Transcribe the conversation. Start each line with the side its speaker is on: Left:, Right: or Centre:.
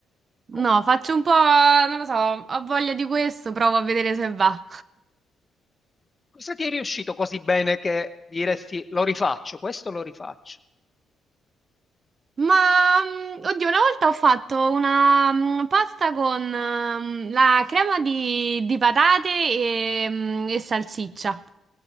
Left: Co
Right: No, faccio un po', non lo so, ho voglia di questo, provo a vedere se va.
Left: cosa ti è riuscito così bene che diresti: "Lo rifaccio, questo lo rifaccio"?
Right: Ma, mm, oddio, una volta ho fatto una mm, pasta con mm, la crema di, di patate e, mm, e salsiccia.